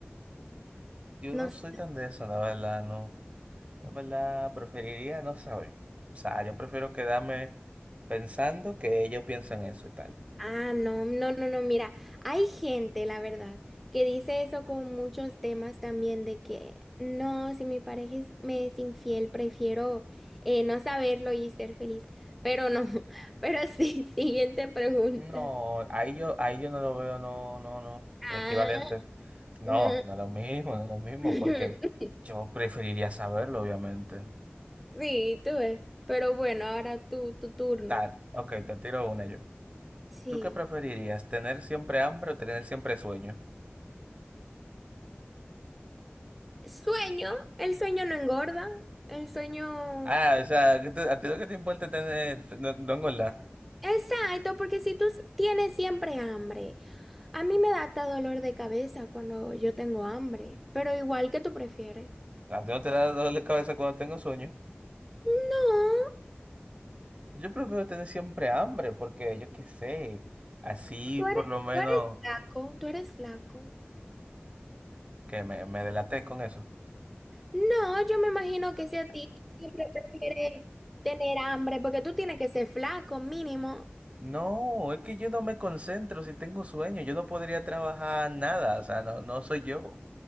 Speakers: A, on the right; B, in the centre.
A: Yo no
B: No sé.
A: soy tan de eso, la verdad, no. Yo, en verdad, preferiría no saber. O sea, yo prefiero quedarme pensando que ellos piensan eso y tal.
B: Ah, no, no, no, no, mira, hay gente, la verdad, que dice eso con muchos temas también de que no, si mi pareja es- me es infiel, prefiero eh, no saberlo y ser feliz. Pero no, <laughs> pero sí, siguiente pregunta.
A: No, ahí yo, ahí yo no lo veo, no, no, no,
B: Ah,
A: equivalente. No,
B: ujú.
A: no es lo mismo, no es lo mismo,
B: <laughs>
A: porque yo preferiría saberlo, obviamente.
B: sí, tú ves. Pero bueno, ahora tú, tu turno.
A: Ta, ok, te tiro una yo.
B: Sí.
A: ¿Tú qué preferirías? ¿Tener siempre hambre o tener siempre sueño?
B: Sueño, el sueño no engorda, el sueño.
A: Ah, o sea, ¿qué te- ¿a ti lo que te importa es tener, no, no engordar?
B: Exacto, porque si tú si- tienes siempre hambre, a mí me da hasta dolor de cabeza cuando yo tengo hambre, pero igual que tú prefieres.
A: A ti no te da dolor de cabeza cuando tengo sueño.
B: No,
A: Yo prefiero tener siempre hambre porque yo qué sé, así
B: tú eres,
A: por lo menos
B: tú eres flaco, tú eres flaco.
A: que me, me delaté con eso.
B: No, yo me imagino que si a ti siempre prefieres tener hambre, porque tú tienes que ser flaco, mínimo.
A: No, es que yo no me concentro si tengo sueño, yo no podría trabajar nada, o sea, no, no soy yo.